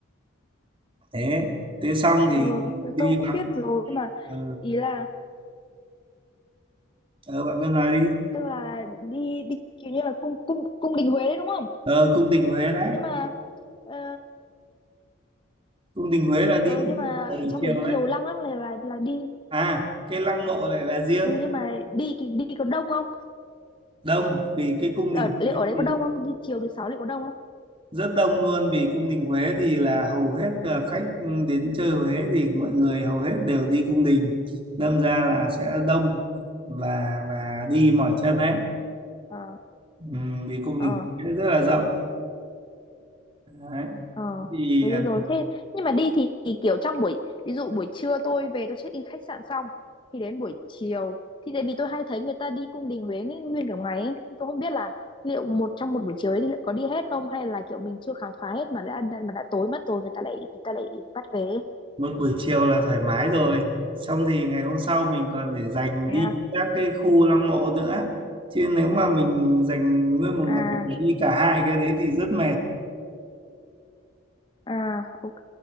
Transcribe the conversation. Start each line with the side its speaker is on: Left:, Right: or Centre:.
Right: Thế thế xong thì
Left: ờ thì
Right: đi
Left: tôi cũng
Right: bằng
Left: biết rồi nhưng mà
Right: ờ
Left: ý là
Right: ờ, bạn cứ nói đi
Left: tức là đi đi kiểu như là cung cung cung đình Huế đấy đúng không?
Right: ờ cung đình Huế đấy
Left: Nhưng mà ờ,
Right: cung đình Huế là đi
Left: ừ
Right: vào
Left: nhưng mà ở
Right: buổi
Left: trong
Right: chiều
Left: đấy nhiều
Right: đấy
Left: lăng lắm là là, là đi
Right: à cái lăng mộ lại là riêng
Left: ừ nhưng mà đi thì- đi có đông không
Right: đông vì cái cung
Left: ở
Right: đình
Left: liệu
Right: Huế
Left: ở đấy
Right: thì
Left: có đông không đi chiều thứ sáu liệu có đông không
Right: rất đông luôn vì cung đình Huế thì là hầu hết ờ, khách đến chơi Huế thì mọi người hầu hết đều đi cung đình đâm ra là sẽ đông và và đi mỏi chân đấy
Left: ờ
Right: Ừm, vì cung
Left: ờ
Right: đình Huế rất là rộng đấy.
Left: ờ
Right: thì
Left: thế
Right: ờ,
Left: được rồi thế nhưng mà đi thì, thì kiểu trong buổi ví dụ buổi trưa tôi về tôi check in khách sạn xong thì đến buổi chiều thì tại vì tôi hay thấy người ta đi cung đình Huế nguyên nguyên cả ngày ấy. Thì tôi không biết là liệu một trong một buổi chiều ấy liệu có đi hết không hay là kiểu mình chưa khám phá hết mà đã đã- mà đã tối mất rồi người ta lại người ta lại bắt về ấy.
Right: một buổi chiều là thoải mái rồi xong thì ngày hôm sau mình còn để dành
Left: Thế
Right: đi
Left: à?
Right: các cái khu lăng mộ nữa chứ nếu mà mình dành nguyên một ngày
Left: à
Right: để đi cả hai cái đấy thì rất mệt
Left: À, ok,